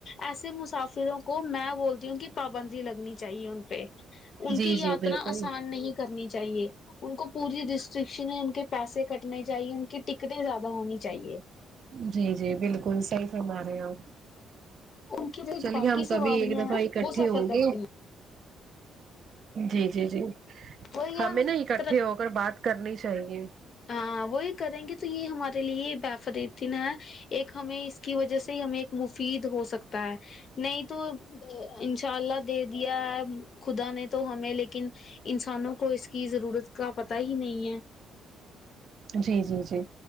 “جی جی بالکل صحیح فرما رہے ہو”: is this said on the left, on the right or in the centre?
Right